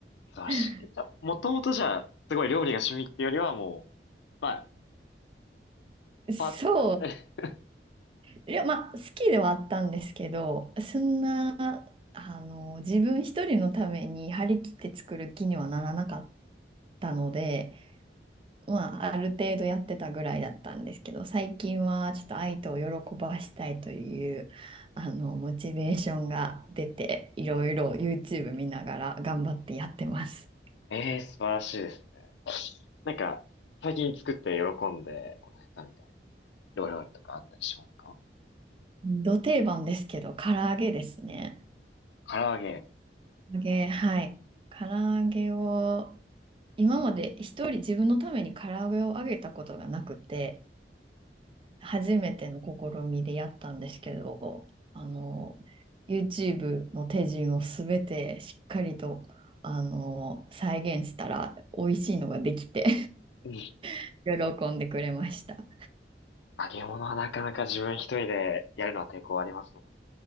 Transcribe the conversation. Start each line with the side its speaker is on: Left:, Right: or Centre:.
Left: 素晴らしい。
Right: <laughs>
Left: じゃ、もともとじゃあ、すごい料理が趣味ってよりはもう、まあ、
Right: そう。
Left: パッ、<laughs>
Right: いや、まあ、好きではあったんですけど、そんな、あの、自分一人のために張り切って作る気にはならなかったので、まあ、ある程度やってたぐらいだったんですけど、最近はちょっと愛とを喜ばしたいという、あの、モチベーションが出て、いろいろ YouTube 見ながら頑張ってやってます。
Left: ええー、素晴らしいですね。なんか、最近作って喜んでもらえたみたいなお料理とかあったりしますか
Right: ど定番ですけど、唐揚げですね。
Left: 唐揚げ。
Right: 唐揚げ、はい。唐揚げを、今まで一人自分のために唐揚げを揚げたことがなくて、初めての試みでやったんですけど、あの、
Left: う
Right: YouTube の手順をすべてしっかりと、あの、再現したら美味しいのができて
Left: ん。
Right: <laughs> 喜んでくれました。
Left: 揚げ物はなかなか自分一人でやるのは抵抗ありますもんね。